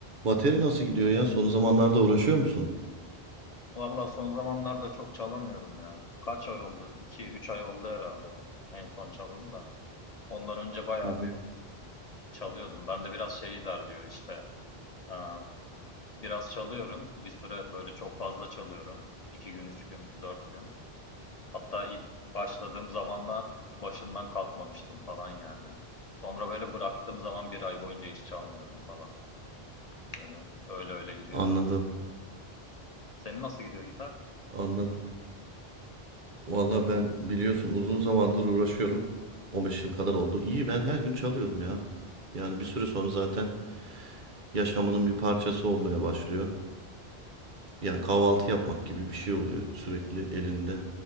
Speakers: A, on the right; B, on the left.
A: Bateri nasıl gidiyor ya? Son zamanlarda uğraşıyor musun?
B: Valla son zamanlarda çok çalamıyorum ya. Kaç ay oldu? 2 üç ay oldu herhalde en son çalalı da. Ondan önce bayağı
A: Hı hı.
B: bir çalıyordum. Ben de biraz şey ilerliyor işte. Ee, Biraz çalıyorum. Bir süre böyle çok fazla çalıyorum. 2 gün, 3 gün, 4 gün. Hatta ilk başladığım zamanlar başından kalkmamıştım falan yani. Sonra böyle bıraktığım zaman bir ay boyunca hiç çalmıyorum falan. Öyle öyle, öyle gidiyor
A: Anladım.
B: bende. Senin nasıl gidiyor gitar?
A: Anladım. Valla ben biliyorsun uzun zamandır uğraşıyorum. 15 yıl kadar oldu. İyi ben her gün çalıyorum ya. Yani bir süre sonra zaten yaşamının bir parçası olmaya başlıyor. Yani kahvaltı yapmak gibi bir şey oluyor sürekli elinde.